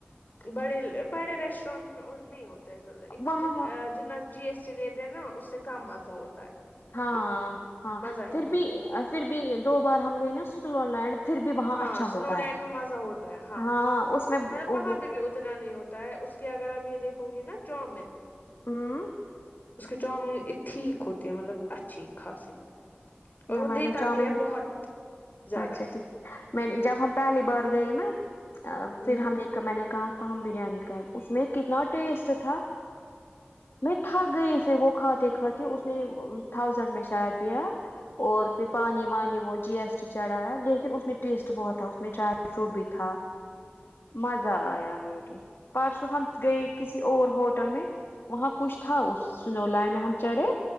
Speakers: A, on the left (about 50°); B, on the left (about 75°).
A: بڑے بڑے ریسٹورینٹس میں اور نہیں ہوتا ہے زیادہ
B: وہاں
A: جنا جتنا جی ایس ٹی لیتے ہیں نا اس سے کم مزہ ہوتا ہے
B: ہاں
A: مطلب
B: ہاں
A: مزہ ہی
B: پھر
A: نہیں ہوتا
B: بھی
A: ہے
B: پھر بھی دو بار ہم گئے نا سکلو لڈ پھر بھی وہاں
A: ہاں
B: اچھا
A: اسنو
B: ہوتا
A: لینڈ
B: ہے
A: میں مزہ ہوتا ہے
B: ہاں اس میں ہوں
A: وہاں پہ بھی اتنا نہیں ہوتا ہے اس کے اگر آپ یہ دیکھو گے نا چاؤمین
B: ہم
A: اس کی چامن ٹھیک ہوتی ہے مطلب اچھی اچھی خاصی اور
B: نہ
A: وہ
B: میں
A: دیتا
B: نے چاؤمین
A: بھی ہے بہت زیادہ
B: اچھا میں جب ہم پہلی بار گئے نا
A: ہوں
B: پھر ہم نے میں نے کہا اس کو ہم بریانی کا اس میں کتنا ٹیسٹ تھا میں تھک گئی پھر وہ کھاتے کھاتے اس نے تھاؤزینڈ میں شاید دیا اور پھر پانی وانی بہت جی ایس چڑھایا لیکن اس میں ٹیسٹ بہت تھا اس میں ڈرائی فروٹ بھی تھا مزہ آیا لیکن پرسوں ہم گیئے کسی اور ہوٹل میں وہاں کچھ تھا اس سنولینڈ میں ہم چڑھے